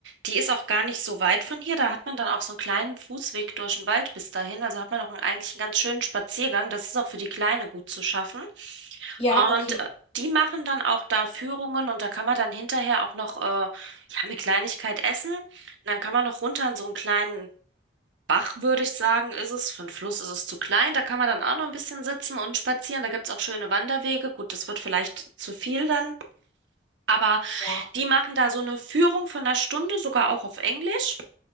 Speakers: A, on the right (about 80°); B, on the left (about 30°).
A: Die ist auch gar nicht so weit von hier. Da hat man dann auch so einen kleinen Fußweg durch den Wald bis dahin. Also hat man auch einen, eigentlich einen ganz schönen Spaziergang. Das ist auch für die Kleine gut zu schaffen.
B: Ja, okay.
A: Und äh, die machen dann auch da Führungen und da kann man dann hinterher auch noch äh, ja, eine Kleinigkeit essen. Und dann kann man noch runter in so einen kleinen Bach, würde ich sagen, ist es. Für einen Fluss ist es zu klein. Da kann man dann auch noch ein bisschen sitzen und spazieren. Da gibt es auch schöne Wanderwege. Gut, das wird vielleicht zu viel dann. Aber
B: Ja,
A: die machen da so eine Führung von einer Stunde, sogar auch auf Englisch.